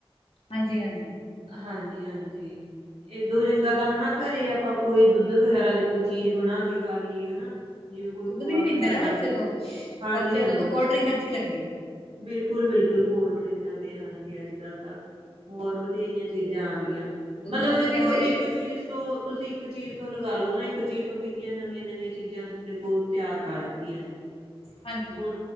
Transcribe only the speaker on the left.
ਹਾਂਜੀ- ਹਾਂਜੀ।
ਦੁੱਧ
ਵੀ ਨੀ
ਪੀਂਦੇ ਨਾ
ਬੱਚੇ
ਤੋਂ
ਬੱਚਿਆਂ
ਨੂੰ ਤਾਂ ਕੋਲਡ ਡਰਿੰਕ ਅੱਛੀ ਲੱਗਦੀ ਹੈ
ਦੁੱਧ
ਨੂੰ
ਤਾਂ ਕਹਿੰਦੇ
ਹਾਂਜੀ।